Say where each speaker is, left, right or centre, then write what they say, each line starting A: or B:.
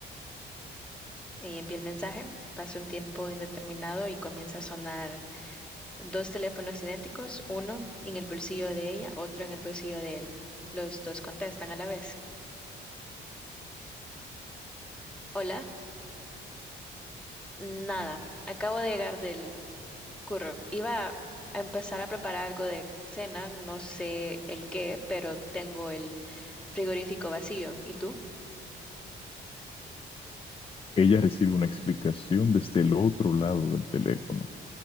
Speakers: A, in the centre; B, on the left.
A: ella envía el mensaje. Pasa un tiempo indeterminado y comienza a sonar dos teléfonos idénticos, uno en el bolsillo de ella, otro en el bolsillo de él. Los dos contestan a la vez. Hola, nada, acabo de llegar del curro. Iba a empezar a preparar algo de cena, no sé el qué, pero tengo el frigorífico vacío. ¿Y tú?
B: Ella recibe una explicación desde el otro lado del teléfono.